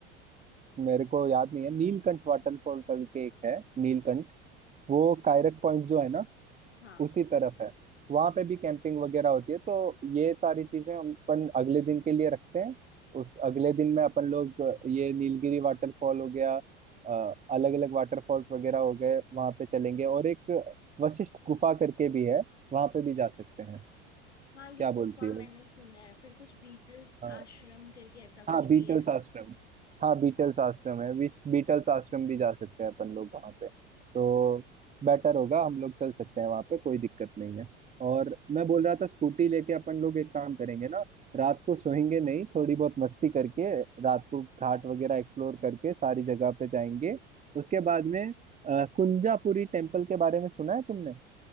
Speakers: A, on the right; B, on the left.
A: मेरे को याद नहीं है नीलकंठ वाटरफॉल कल के एक है नीलकंठ वो कायरक पॉइंट जो है ना
B: हाँ
A: उसी तरफ है वहां पे भी कैंपिंग वगैरह होती है तो ये सारी चीजें हम अपन अगले दिन के लिए रखते हैं उस अगले दिन में अपन लोग ये नीलगिरी वाटरफॉल हो गया अलग अलग वाटरफॉल्स वगैरह हो गए वहां पे चलेंगे और एक वशिष्ठ गुफा करके भी है वहां पे भी जा सकते हैं
B: हाँ ये
A: क्या
B: गुफा
A: बोलती हो
B: मैंने सुना है फिर कुछ बीटल्स
A: हाँ।
B: आश्रम करके ऐसा
A: हाँ
B: कुछ
A: बीटल्स
B: भी है
A: आश्रम हाँ बीटल्स आश्रम है विश बीटल्स आश्रम भी जा सकते हैं अपन लोग वहाँ पे तो बेटर होगा हम लोग चल सकते हैं वहाँ पे कोई दिक्कत नहीं है और मैं बोल रहा था स्कूटी लेके अपन लोग एक काम करेंगे ना रात को सोएंगे नहीं थोड़ी बहुत मस्ती करके रात को घाट वगैरह एक्सप्लोर करके सारी जगह पे जाएंगे उसके बाद में अ, कुंजापुरी टेम्पल के बारे में सुना है तुमने